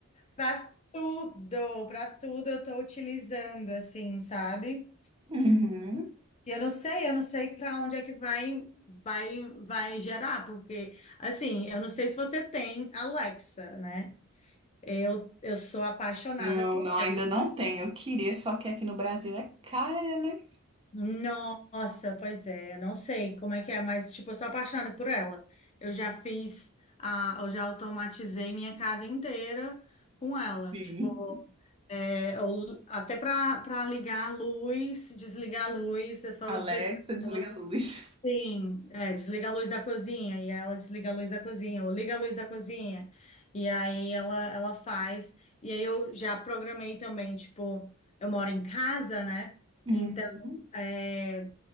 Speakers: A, on the left; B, on the right.
A: para tudo, para tudo eu tô utilizando, assim, sabe?
B: Uhum.
A: E eu não sei, eu não sei para onde é que vai, vai, vai gerar, porque, assim, eu não sei se você tem Alexa, né? Eu, eu sou apaixonada
B: Não,
A: por.
B: não, ainda não tem. Eu queria, só que aqui no Brasil é cara, né?
A: Nossa, pois é, eu não sei como é que é, mas, tipo, eu sou apaixonada por ela. Eu já fiz, a, eu já automatizei minha casa inteira com ela.
B: Sim.
A: Tipo, é, eu- até para para ligar a luz, desligar a luz, é só
B: Alexa,
A: eu dizer para
B: desliga
A: ela.
B: a luz.
A: Sim, é, desliga a luz da cozinha, e ela desliga a luz da cozinha, ou liga a luz da cozinha, e aí ela, ela faz, e aí eu já programei também, tipo, eu moro em casa, né?
B: Uhum.
A: Então, é,